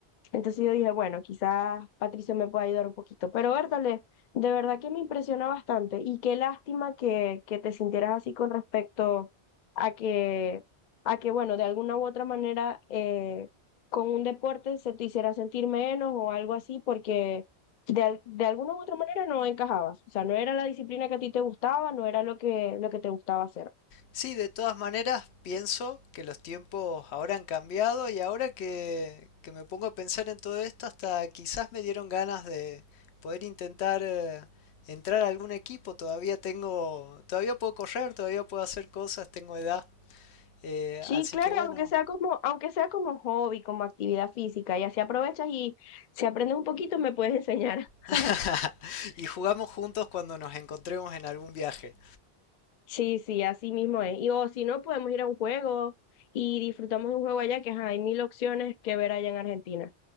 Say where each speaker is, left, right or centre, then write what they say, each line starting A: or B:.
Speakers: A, on the left; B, on the left.
A: Entonces yo dije, bueno, quizás Patricio me pueda ayudar un poquito. Pero Bertale, de verdad que me impresiona bastante y qué lástima que, que te sintieras así con respecto a que, a que, bueno, de alguna u otra manera eh, con un deporte se te hiciera sentir menos o algo así, porque de, al- de alguna u otra manera no encajabas. O sea, no era la disciplina que a ti te gustaba, no era lo que, lo que te gustaba hacer.
B: Sí, de todas maneras pienso que los tiempos ahora han cambiado y ahora que, que me pongo a pensar en todo esto, hasta quizás me dieron ganas de poder intentar eh, entrar a algún equipo. Todavía tengo, todavía puedo correr, todavía puedo hacer cosas, tengo edad. Eh,
A: Sí,
B: así
A: claro,
B: que bueno,
A: aunque sea como, aunque sea como hobby, como actividad física, y así aprovechas y si aprendes un poquito me puedes enseñar. <laughs>
B: <laughs> y jugamos juntos cuando nos encontremos en algún viaje.
A: Sí, sí, así mismo es. Y o si no, podemos ir a un juego y disfrutamos de un juego allá, que ajá, hay mil opciones que ver allá en Argentina.